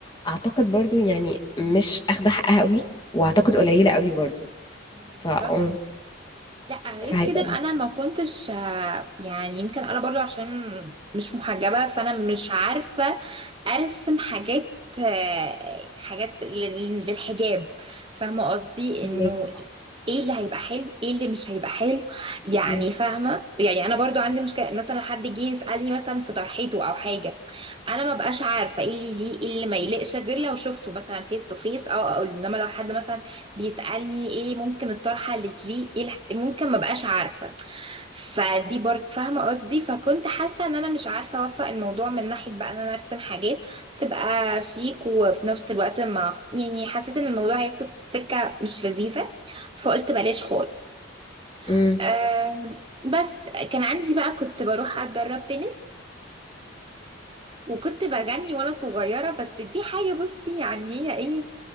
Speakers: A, on the left; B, on the right.
A: اعتقد برضو يعني مش اخده حقها قوي واعتقد قليله قوي برضو
B: بالظبط
A: فا اه
B: لا غير
A: فهيبقى
B: كده انا ما كنتش آه، يعني يمكن انا برضو عشان مش محجبة فانا مش عارفة ارسم حاجات آه، حاجات لل- للحجاب فاهمة قصدي انه
A: محتاج-
B: ايه اللي هيبقى حلو ايه اللي مش هيبقى حلو يعني
A: مم.
B: فاهمة يعني انا برضو عندي مشكلة مثلا حد جه يسألني مثلا في طرحيته او حاجة انا ما بقاش عارفة ايه اللي ليه ايه اللي ما يليقش غير لو شفته مثلا فيس تو فيس او اقول انما لو حد مثلا بيسألني ايه ممكن الطرحة اللي تليق ايه الح- ممكن ما بقاش عارفة فدي برضه فاهمة قصدي فكنت حاسة ان انا مش عارفة اوفق الموضوع من ناحية بقى ان انا ارسم حاجات تبقى شيك وفي نفس الوقت ما يعني حسيت ان الموضوع هياخد سكة مش لذيذة فقلت بلاش خالص
A: مم.
B: أه بس كان عندي بقى كنت بروح اتدرب تنس وكنت بغني وانا صغيرة بس دي حاجة بصي يعني هي ايه